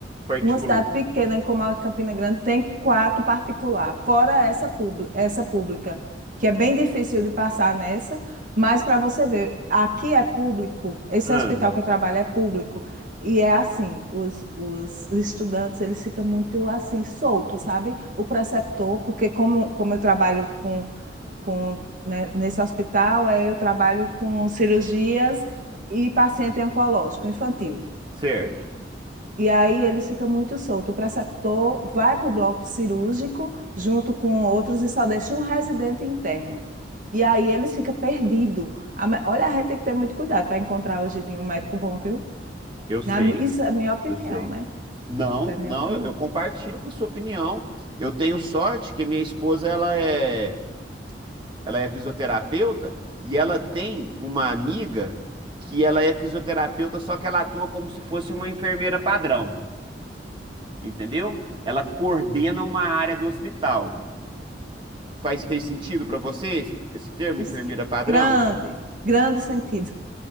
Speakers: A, on the right; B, on the right.
A: Particular.
B: Uma cidade pequena como a Campina Grande tem quatro particular, fora essa, pub- essa pública, que é bem difícil de passar nessa, mas para você ver, aqui é público, esse
A: Ah,
B: hospital que eu trabalho é público, e é assim, os, os estudantes, eles ficam muito assim, soltos, sabe? O preceptor, porque como, como eu trabalho com, com, né, nesse hospital, aí eu trabalho com cirurgias e paciente oncológico infantil.
A: certo.
B: E aí eles ficam muito soltos. O preceptor vai para o bloco cirúrgico junto com outros e só deixa um residente interno. E aí eles ficam perdidos. A me- Olha, a gente tem que ter muito cuidado para encontrar hoje em dia um médico bom, viu?
A: Eu sei.
B: Na mi- Isso é minha opinião,
A: Eu sei.
B: né?
A: Não,
B: Isso é minha
A: não,
B: opinião.
A: eu, eu compartilho com sua opinião. Eu tenho sorte que minha esposa ela é, ela é fisioterapeuta e ela tem uma amiga que ela é fisioterapeuta, só que ela atua como se fosse uma enfermeira padrão, entendeu? Ela coordena uma área do hospital. Faz, fez sentido para você esse termo,
B: Isso,
A: enfermeira padrão?
B: grande, grande sentido.